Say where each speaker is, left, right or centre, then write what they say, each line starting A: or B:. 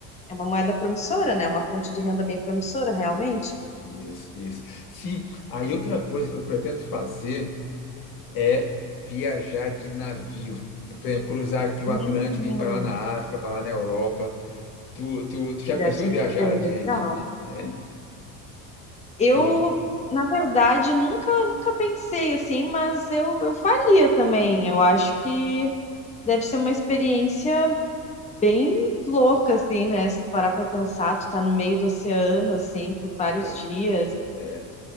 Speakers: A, on the left; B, on the left.
A: é uma moeda promissora, né? é Uma fonte de renda bem promissora, realmente.
B: Isso, isso, isso. Sim, aí outra coisa que eu pretendo fazer é viajar de navio. Por exemplo, cruzar aqui o
A: Hum,
B: Atlântico e ir para lá na África, para lá na Europa. Tu, tu, tu já
A: deve
B: pensou em viajar
A: ser
B: de,
A: legal.
B: de, de- hein?
A: Eu,
B: Tu,
A: na verdade, nunca, nunca pensei assim, mas eu, eu faria também. Eu acho que deve ser uma experiência bem louca, assim, né? Se tu parar pra pensar, tu tá no meio do oceano, assim, por vários
B: é,
A: dias,
B: é,